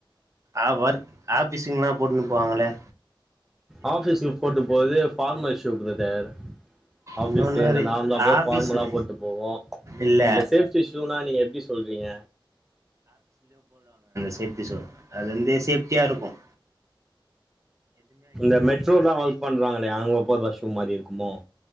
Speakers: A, on the right; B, in the centre.
A: ஆ ஓர்க் ஆபிஸுங்கனா போட்டுன்னு போவாங்களே
B: ஆபிஸுக்கு போட்டு போது பார்மல் ஷூ பிரதர் ஆபிஸ்
A: இன்னொன்னு
B: இந்த
A: ஒரு
B: நார்மலா போ
A: ஆஃபீஸ்ல
B: பார்மலா போட்டு போவோம்
A: இல்ல
B: அந்த சேப்டி ஷூனா நீங்க எப்டி சொல்றீங்க
A: சேப்டி ஷூ அது வந்து சேப்டியா இருக்கும்
B: இந்த மெட்ரோலாம் ஒர்க் பண்றாங்களே அங்க போற ஷூ மாரி இருக்குமோ